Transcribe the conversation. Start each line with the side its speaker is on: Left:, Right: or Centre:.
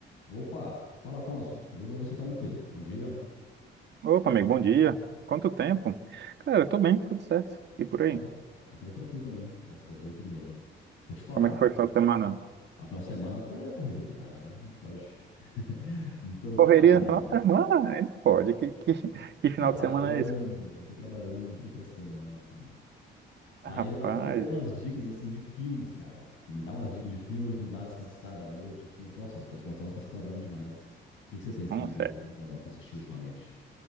Left: Opa! Fala, Afonso. E aí, como é que você tá, meu filho? Bom dia.
Right: Opa, amigo, bom dia. Quanto tempo? Cara, eu tô bem, tudo certo. E por aí?
Left: Ó, aqui tá tranquilo também. Graças a Deus, tudo bem. Deixa eu te falar.
Right: Como é que foi o final de semana?
Left: A final de semana foi a correria danada, né? Não pode, <laughs> não pode ficar
Right: Correria
Left: parado,
Right: no final
Left: não.
Right: de semana? <laughs> Aí não Pode, que, que, que final
Left: Trabalhando,
Right: de semana é esse?
Left: tô trabalhando todo final de semana, assim. Aí
Right: Ah, rapaz,
Left: eu tava até querendo umas dicas, assim, de filmes, cara. Me dá umas dicas de filmes pra me dar uma descansada à noite, assim. Eu- Nossa, esse final de semana eu passei trabalhando demais. O que que você tem, assim,
Right: nossa.
Left: de,
Right: é.
Left: de bom que você assistiu ultimamente?